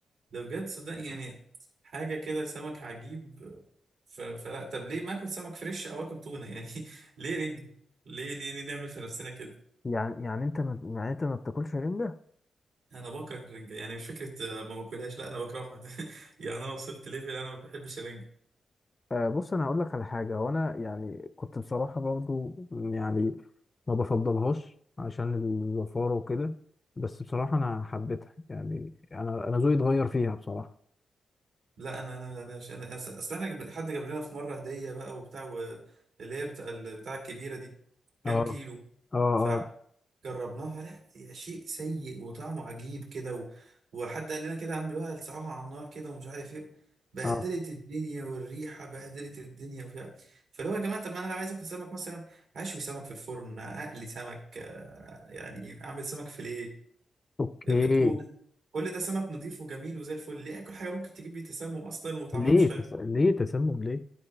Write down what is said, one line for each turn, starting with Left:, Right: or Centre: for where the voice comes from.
Right: ده بجد صدقني يعني حاجة كده سمك عجيب ف... فلا طب ليه ما اكل سمك فريش او اكل تونة يعني <laughs> ليه رنج ليه ليه ليه نعمل في نفسنا كده
Left: يعني يعني انت ما يعني انت ما بتاكلش رنجة
Right: انا بكره الرنجة يعني مش فكرة آه، ما باكلهاش لا انا بكرهها <laughs> يعني انا وصلت ليفل انا ما بحبش الرنجة
Left: آه بص انا هقول لك على حاجة وانا يعني كنت بصراحة برضو يعني ما بفضلهاش عشان الزفارة وكده بس بصراحة انا حبيتها يعني انا انا ذوقي اتغير فيها بصراحة
Right: لا انا انا انا انا أصل أصل احنا جب- حد جاب لنا في مرة هدية بقى وبتاع و... اللي هي بتاع ال- بتاع الكبيرة دي كام
Left: اه
Right: كيلو
Left: اه
Right: فجربناها
Left: اه
Right: لا يا شيء سيء وطعمه عجيب كده و... وحد قال لنا كده اعملوها لسعوها على النار كده ومش عارف ايه بهدلت
Left: اه
Right: الدنيا والريحه بهدلت الدنيا وبتاع فاللي هو يا جماعه طب ما انا لو عايز اكل سمك مثلا اشوي سمك في الفرن اقلي سمك آه، يعني اعمل سمك فيليه
Left: اوكي
Right: بتون كل ده سمك نضيف وجميل وزي الفل ليه اكل حاجه ممكن تجيب لي تسمم اصلا وطعمها
Left: ليه
Right: مش حلو
Left: تس... ليه تسمم ليه